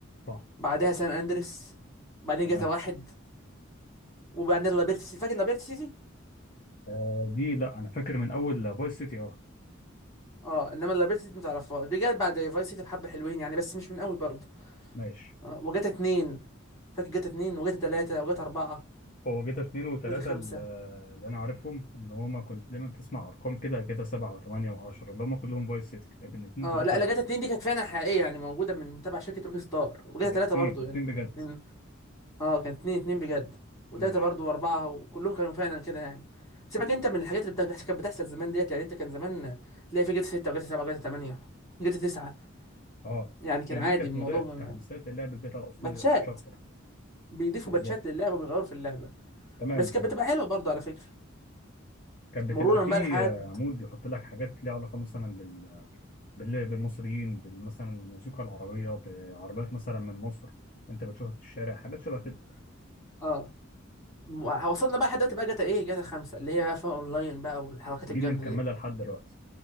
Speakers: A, on the left (about 40°); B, on the left (about 15°).
A: صح
B: بعدها سان اندريس بعدين
A: تمام
B: جاتا واحد وبعدين لابيرت سيتي فاكر لابيرت سيتي
A: آه دي لا أنا فاكر من أول فايس سيتي أه
B: اه انما لابيلتي دي متعرفهاش دي جت بعد فايس سيتي بحبه حلوين يعني بس مش من قوي برضه
A: ماشي
B: اه وجت اتنين فاكر جت اتنين وجت تلاتة وجت اربعة
A: هو جيتا اتنين وتلاتة
B: وجت خمسة
A: ال- اللي أنا عارفهم إن هما كنت دايما تسمع أرقام كده جيتا سبعة وتمانية وعشرة اللي هما كلهم فايس سيتي لكن اتنين
B: اه
A: وتلاتة
B: لا
A: لا
B: لا جت اتنين دي كانت فعلا حقيقية يعني موجودة من تبع شركة روك ستار وجت
A: كان
B: تلاتة
A: اتنين
B: برضه
A: اتنين
B: يعني
A: بجد
B: اتنين اه كانت اتنين اتنين بجد وتلاتة
A: ماشي
B: برضه واربعة وكلهم كانوا فعلا كده يعني سيبك انت من الحاجات اللي بتاع- بتحصل- كانت بتحصل زمان ديت يعني انت كان زمان تلاقي في جت ستة وجت سبعة وجت تمانية جت تسعة
A: أه
B: يعني كان
A: دي
B: عادي
A: كانت
B: الموضوع
A: مودات
B: ما-
A: تحديثات للعبة جيتا الأصلية
B: باتشات
A: مش أكتر
B: بيضيفوا
A: بالظبط
B: باتشات للعبة وبيغيروا في اللعبة
A: تمام
B: بس
A: بالظبط
B: كانت بتبقى حلوه برضه على فكره
A: كانت
B: مرورا
A: بتبقى فيه
B: بقى لحد
A: عمود يحط لك حاجات ليها علاقة مثلا بال... بال... بالمصريين بال- مثلا الموسيقى العربية بعربيات مثلا من مصر انت بتشوفها في الشارع حاجات شبه كده
B: اه م- وصلنا بقى لحد دلوقتي بقى جاتا ايه جاتا خمسة اللي هي بقى فيها اونلاين بقى والحركات
A: دي
B: الجامده
A: اللي مكملة
B: دي
A: لحد دلوقتي